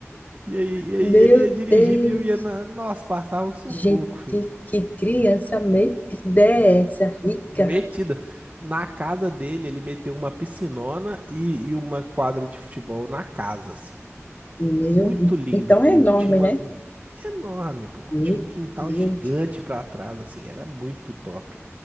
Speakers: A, on the right; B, on the left.
A: E aí, e
B: Meu
A: aí ele ia dirigindo
B: Deus,
A: e eu ia na. Nossa, passava um sufoco,
B: gente, que criança metida é essa, rica?
A: Metida. Na casa dele, ele meteu uma piscinona e, e uma quadra de futebol na casa, assim.
B: Meu
A: Muito
B: Deus.
A: lindo
B: Então
A: tudo.
B: é enorme,
A: E tinha uma
B: né?
A: um- enorme, pô.
B: Meu
A: Tinha um quintal
B: Deus.
A: gigante pra trás, assim. Era muito top.